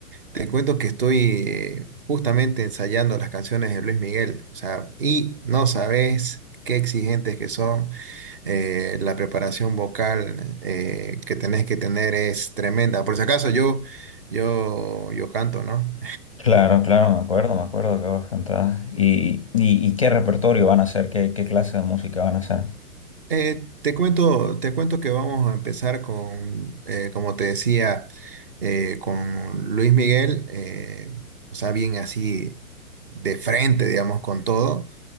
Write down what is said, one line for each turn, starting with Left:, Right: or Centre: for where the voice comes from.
Right: te cuento que estoy eh, justamente ensayando las canciones de Luis Miguel, o sea, y no sabes qué exigentes que son, eh, la preparación vocal eh, que tenés que tener es tremenda. Por si acaso, yo, yo, yo canto, ¿no?
Left: Claro, claro, me acuerdo, me acuerdo que vos cantabas. ¿Y, y, y qué repertorio van a hacer? ¿Qué, qué clase de música van a hacer?
Right: Eh, te cuento, te cuento que vamos a empezar con, eh, como te decía, eh, con Luis Miguel, eh, o sea, bien así de frente, digamos, con todo